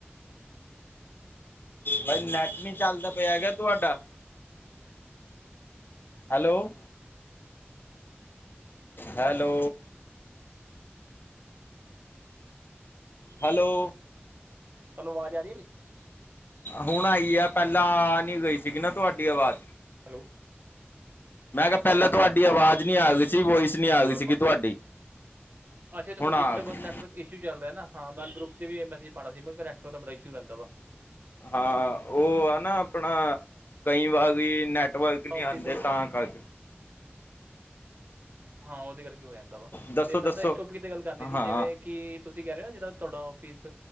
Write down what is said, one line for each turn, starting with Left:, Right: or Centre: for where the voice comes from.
Left: ਭਾਈ ਨੈਟ ਨੀ ਚੱਲਦਾ ਪਿਆ ਹੈਗਾ ਤੁਹਾਡਾ ਹੈਲੋ- ਹੈਲੋ ਹੈਲੋ
Right: ਤੁਹਾਨੂੰ ਆਵਾਜ਼ ਆ ਰਹੀ ਨੀ।
Left: ਹੁਣ ਆਈ ਆ ਪਹਿਲਾਂ ਨੀ ਗਈ ਸੀਗੀ ਨਾ ਤੁਹਾਡੀ ਆਵਾਜ਼
Right: ਹੈਲੋ
Left: ਮੈਂ ਕਿਹਾ ਪਹਿਲਾਂ ਤੁਹਾਡੀ ਆਵਾਜ਼ ਨੀ ਆਦੀ ਅਂ ਵਆਇਸ ਨਹੀਂ ਆ
Right: ਹੈਲੋ,
Left: ਗਈ ਸੀਗੀ ਤੁਹਾਡੀ
Right: ਅੱਛਾ ਅੱਛਾ
Left: ਹੁਣ
Right: ਉਹ ਡਿਸਟਰਬੈਂਸ
Left: ਆ ਗਈ।
Right: ਨੈਟਵਰਕ ਇਸ਼ੂ ਚੱਲਦਾ ਨਾ ਹਾਂ ਮੈਂ ਗਰੁਪ 'ਚ ਵੀ ਇਹ ਮੈਸਿਜ ਪਾਉਣਾ ਸੀੈ <unintelligible> ਦਾ ਬੜਾ ਇਸ਼ੂ ਰਹਿੰਦਾ ਵਾ।
Left: ਹਾਂ ਉਹ ਆ ਨਾ ਆਪਣਾ ਕਈ ਵਾਰ ਵੀ ਨੈਟਵਰਕ ਨਹੀਂ
Right: ਆਫਿਸ
Left: ਆਂਦੇ
Right: ਹੁਣ
Left: ਤਾਂ ਕਰਕੇ
Right: ਹਾਂ ਉਹਦੇ ਕਰਕੇ ਹੋ ਜਾਂਦਾ ਵਾ
Left: ਦੱਸੋ
Right: ਤੇ ਮੈਂ
Left: ਦੱਸੋ
Right: ਤਾਂ ਇਸ ਟੋਪਿਕ ਤੇ ਗੱਲ ਕਰਨੀ
Left: ਹਾਂ
Right: ਸੀ ਜਿਵੇਂ ਕੀ ਤੁਸੀਂ ਕਹਿ ਰਹੇ ਹੋ ਜਿਹੜਾ ਤੁਹਾਡਾ ਆਫਿਸ